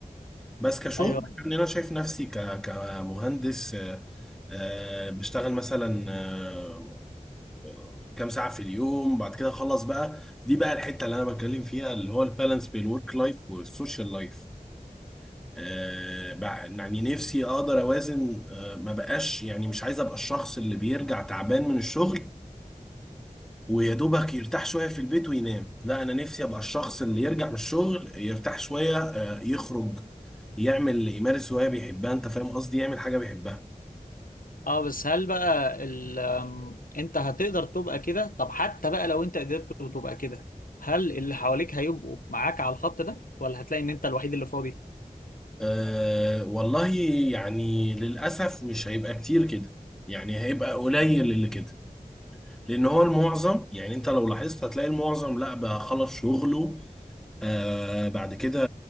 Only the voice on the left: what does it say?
ايوه
اه بس هل بقى ال... أم، انت هتقدر تبقى كده طب حتى بقى لو انت قدرت تبقى كده هل اللي حواليك هيبقوا معاك على الخط ده ولا هتلاقي ان انت الوحيد اللي فاضي